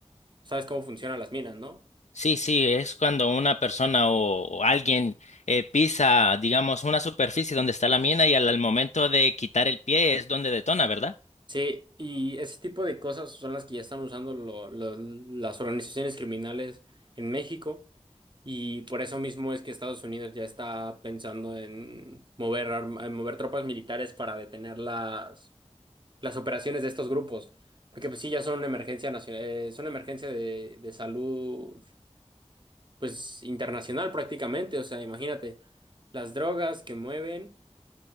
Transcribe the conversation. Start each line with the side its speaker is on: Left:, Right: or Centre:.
Right: ¿Sabes cómo funcionan las minas, no?
Left: Sí, sí, es cuando una persona o, o alguien eh, pisa, digamos, una superficie donde está la mina y al, al momento de quitar el pie es donde detona, ¿verdad?
Right: Sí, y ese tipo de cosas son las que ya están usando lo- lo- las organizaciones criminales en México. Y por eso mismo es que Estados Unidos ya está pensando en mover, arm- en mover tropas militares para detener las, las operaciones de estos grupos. Porque pues sí, ya son emergencia nacio- eh, son emergencia de, de salud pues internacional prácticamente, o sea, imagínate las drogas que mueven,